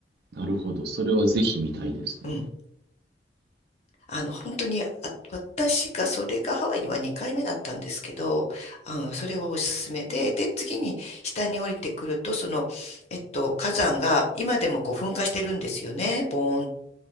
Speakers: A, on the right; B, on the left.
A: なるほど。それはぜひ見たいですね。
B: うん。あの、本当に、あ私がそれがハワイには2回目だったんですけど、あの、それはおすすめで、で、次に下に降りてくると、その、えっと、火山が今でもこう噴火してるんですよね、ボーン。